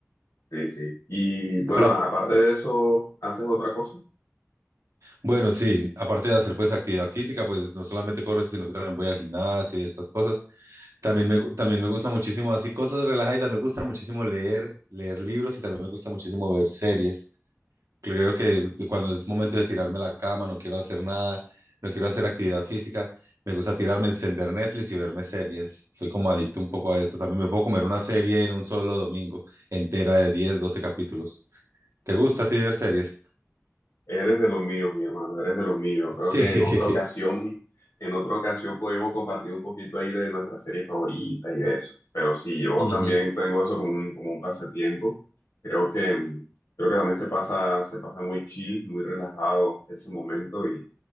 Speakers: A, on the left (about 75°); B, on the right (about 70°).
A: Sí, sí. Y bueno,
B: Pero
A: aparte de eso, ¿haces otra cosa?
B: Bueno, sí, aparte de hacer pues actividad física, pues no solamente corro, sino que también voy al gimnasio y estas cosas. También me, gu- también me gusta muchísimo, así cosas relajadas. me gusta muchísimo leer, leer libros y también me gusta muchísimo ver series. Creo que cuando es momento de tirarme a la cama, no quiero hacer nada, no quiero hacer actividad física, me gusta tirarme, encender Netflix y verme series. Soy como adicto un poco a esto. También me puedo comer una serie en un solo domingo, entera de 10, 12 capítulos. ¿Te gusta a ti ver series?
A: Eres de los míos, mi hermano, eres de los míos.
B: <laughs>
A: Creo que en otra ocasión, en otra ocasión podríamos compartir un poquito ahí de nuestra serie favorita y de eso. Pero sí, yo
B: Sí.
A: también tengo eso como un, como un pasatiempo. Creo que, mm, creo que también se pasa, se pasa muy chill, muy relajado ese momento y,